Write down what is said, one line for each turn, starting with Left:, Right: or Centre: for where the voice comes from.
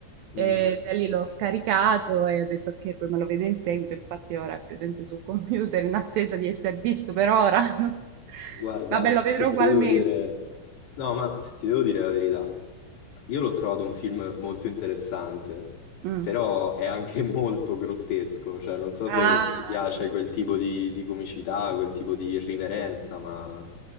Right: E
Left: Mm.
Right: da lì l'ho scaricato e ho detto che poi me lo vedo in seguito, infatti ora è presente sul computer in attesa di essere visto per ora. <laughs>
Left: Guarda,
Right: Vabbè, lo vedrò
Left: se
Right: ugualmente.
Left: ti devo dire... No, ma se ti devo dire la verità, io l'ho trovato un film molto interessante,
Right: Mm.
Left: però è anche <laughs> molto grottesco, cioè non so
Right: Ah,
Left: se ti piace
Right: sì.
Left: quel tipo di, di comicità, quel tipo di irriverenza, ma